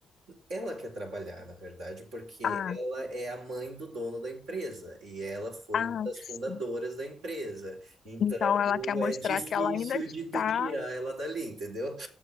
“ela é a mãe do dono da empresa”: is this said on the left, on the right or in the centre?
Right